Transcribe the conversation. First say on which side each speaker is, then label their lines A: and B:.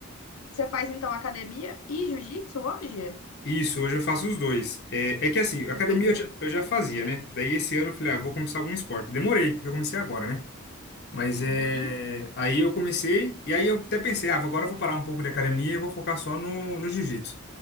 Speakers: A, on the left; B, on the left.
A: Você faz então academia e jiu-jitsu hoje?
B: Isso, hoje eu faço os dois. É, é que assim, academia
A: Entendi.
B: eu já, eu já fazia, né? Daí esse ano eu falei, ah, eu vou começar algum esporte. Demorei, porque eu comecei agora, né? Mas
A: Uhum.
B: é. Aí eu comecei, e aí eu até pensei, ah, vou- agora eu vou parar um pouco de academia e vou focar só no, no jiu-jitsu.